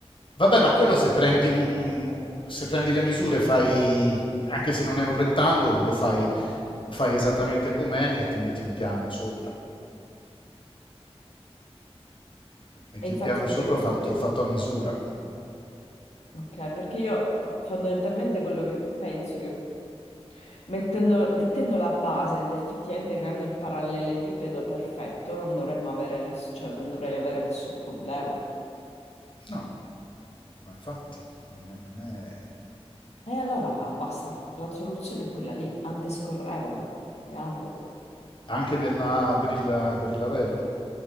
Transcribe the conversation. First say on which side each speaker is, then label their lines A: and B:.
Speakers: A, on the left; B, on the left.
A: Vabbè, ma quello se prendi, un- un- se prendi le misure, fai, anche se non è un rettangolo, lo fai, fai esattamente com'è e ti metti un piano sopra. metti
B: E infatti
A: un piano
B: dovrei
A: sopra
B: costruire.
A: fatto, fatto a misura.
B: Ok, perché io eh, fondamentalmente quello che penso che mettendo, mettendo la base ed effettivamente creando il parallelepipedo perfetto, non dovremmo avere, ness- cioè, non dovrei avere nessun problema.
A: No, ma infatti non è... non è-
B: E allora basta, la soluzione è quella lì, antescorrevoli, rame.
A: Anche nella- per il, per il lavello?